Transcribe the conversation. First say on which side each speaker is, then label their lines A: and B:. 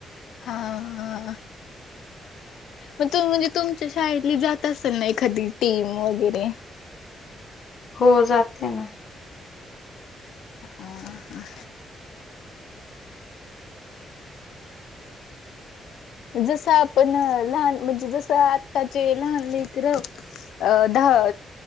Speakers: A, on the left; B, on the left.
A: हा हा. मग तु म्हणजे तुमच्या शाळेतली जात असेल ना एखादी टीम वगैरे.
B: हो जाते ना.
A: हा ह. जसं आपण लहान म्हणजे जसं आत्ताचे लहान लेकरं. अ दहा